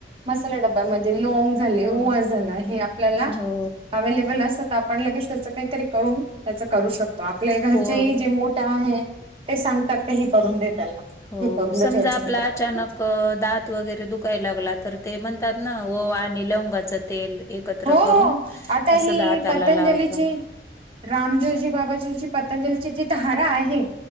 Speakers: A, on the right; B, on the left.
A: मसाला डब्या म्हणजे लोंग झाले
B: हो,
A: ओवा झाला हे आपल्याला
B: हो,
A: अवेलेबल असतात‌. आपण लगेच त्याच काहीतरी करून त्याच करू शकतो आपल्या घरचेही
B: हो,
A: जे मोठ्या आहे ते सांगतात का हे करून दे त्याला.
B: हो.
A: हे करून
B: समजा
A: देत याच्याने
B: आपला
A: बरोब
B: अचानक दात वगैरे दुखायला लागला तर ते म्हणतात ना ओवा आणि लवंगाचं तेल एकत्र
A: हो हो
B: करून
A: आता
B: असं
A: ही
B: दात
A: पतंजलीची
B: लावतो.
A: रामदेवजी बाबाची जी पतंजली जी धारा आहे